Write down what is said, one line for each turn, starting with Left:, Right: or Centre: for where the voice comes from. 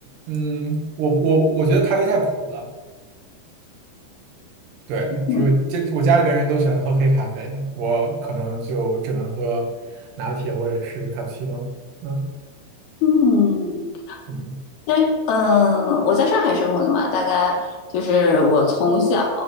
Right: 嗯，我我我觉得咖啡太苦了。对，
Left: 嗯
Right: 只有这我家里边人都喜欢喝黑咖啡，我可能就只能喝拿铁或者是卡布奇诺。嗯
Left: 嗯，
Right: 嗯，
Left: 那嗯，呃我在上海生活的嘛，大概就是我从小